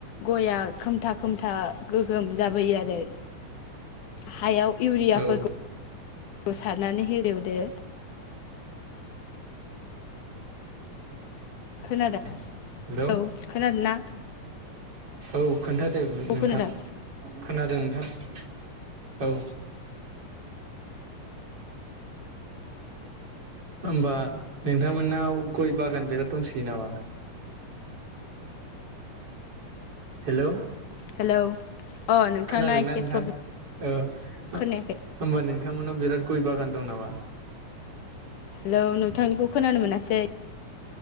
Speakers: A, on the left (about 70°); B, on the right (about 45°).
A: गया खोमथा खोमथा गोगोम जाबोयो आरो। हायाव इउरियाफोरखौ
B: औ
A: सारनानै हेवदो खोनादों?
B: हेल'
A: औ खोनादों ना
B: औ खोन्था दे नोंथां
A: खोनादों
B: खोनादों नोंथां औ होमबा नोंथांमोननाव गय बागान बिराद दंसोयो नामा? हेल'
A: हेलौ अ नोंथांना
B: खोनादोंना
A: एसे
B: नोंथां
A: प्रब्लेम
B: औ होमबा
A: खोनायाखै
B: नोंथांमोननाव बिराद गय बागान दं नामा?
A: हेलौ नोंथांनिखौ खोनानो मोनासै।